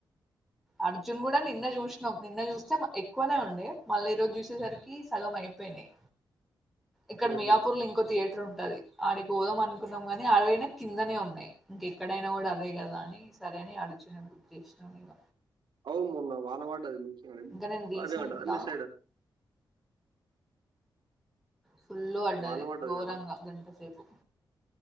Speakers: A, in the centre; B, on the right.
A: అర్జున్ కూడా నిన్నే చూసినాం నిన్న చూస్తే ఎక్కువనే ఉండే మళ్ళీ ఈ రోజు చూసేసరికి సగం అయి పోయినాయి ఇక్కడ
B: హుహు.
A: మియాపూర్ ల ఇంకొట్ థియేటర్ ఉంటది ఆడికి పోదాం అనుకున్నాం గానీ ఆడపోయినా కిందనే ఉన్నాయి ఇంకెక్కడైనా కూడా అదే కదా అన్ నీ సరే అని అర్జునే బుక్ చేసినం ఇగ
B: అవున్ మొన్న వానపడ్డదా
A: ఇంకా నేను రీసెంట్
B: బానే పడ్డదా
A: గా
B: మీ సైడ్
A: ఫుల్లు పడ్డది
B: వాన
A: ఘోరంగా
B: కదా!
A: గంటసేపు